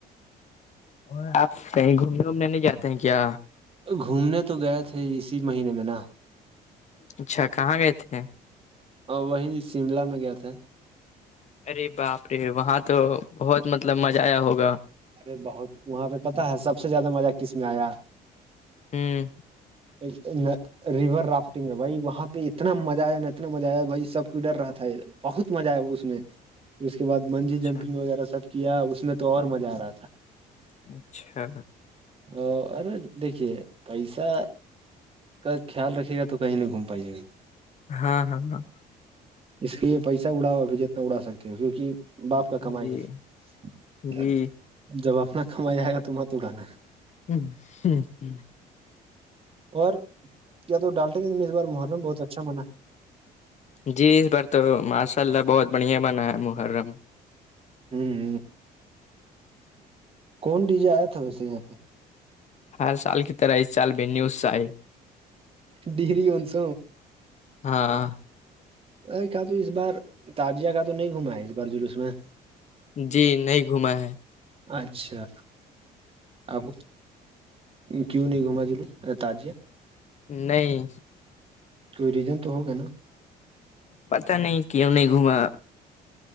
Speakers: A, on the left; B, on the right.
A: اور آپ کہیں گھومنے وومنے نہیں جاتے ہیں کیا
B: گھومنے تو گئے تھے اسی مہینے میں نا
A: اچھا کہاں گئے تھے
B: اور وہی شملہ میں گیا تھے
A: ارے باپ رے وہاں تو بہت مطلب مزہ آیا ہوگا
B: ارے بہت وہاں پہ پتتا ہے سب سے زیادہ مزہ کس میں آیا
A: ہوں
B: ایک میں ریور رافٹنگ میں بھائی وہاں پہ اتنا مزہ آیا نا اتنا مزہ آیا بھائی سب کو ڈر رہا تھا ہے بہت مزہ آئے اس میں پھر اس کے بعد منجی
A: اچھا
B: جمپنگ وغیرہ سب کیا اس میں تو اور مزہ آ رہا تھا
A: اچھا
B: ہ ارے دیکے پیسہ کا خیال رکھے گا تو کہیں نہیں گھوم پائیے گا
A: ہاں ہاں ہاں
B: اس لیے پیسہ اڑاؤ ابھی جتنا اڑا سکتے ہو کیونکہ باپ کا کمائی
A: جی
B: ہے
A: جی
B: جب اپنا کمائی آئے گا تو مت اڑانا
A: ہوں ہوں ہ
B: اور کیا تو ڈالٹے گ اس بار محرم بہت اچھا منا ہے
A: جی اس بار تو ماشاء اللہ بہت بڑھیا بنا ہے محرم
B: ہوں کون ڈیزے آیا تھا ویسے یہاں پہ
A: ہر سال کی طرح اس چال بھی نیوز سےئی
B: ڈیری ہوس
A: ہاں
B: ا کا تو اس بار تجیا کا تو نہیں گھما ہے اس بار جلوس میں
A: جی نہیں گھوما ہے
B: اچھا اب کیوں نہیں گھما دلو تجیہ
A: نہیں
B: تو ریزن تو ہوگا نا
A: پتا نہیں کیوں نہیں گھوما